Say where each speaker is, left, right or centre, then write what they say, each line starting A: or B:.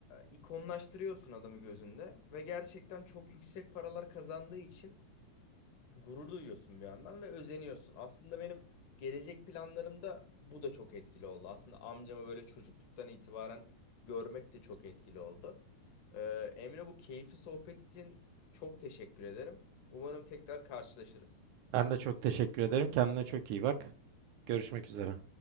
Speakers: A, on the left (about 65°); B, on the right (about 80°).
A: ikonlaştırıyorsun adamı gözünde ve gerçekten çok yüksek paralar kazandığı için gurur duyuyorsun bir yandan ve özeniyorsun. Aslında benim gelecek planlarımda bu da çok etkili oldu. Aslında amcamı böyle çocukluktan itibaren görmek de çok etkili oldu. Ee, Emre bu keyifli sohbet için çok teşekkür ederim. Umarım tekrar karşılaşırız.
B: Ben de çok teşekkür ederim. Kendine çok iyi bak. Görüşmek üzere.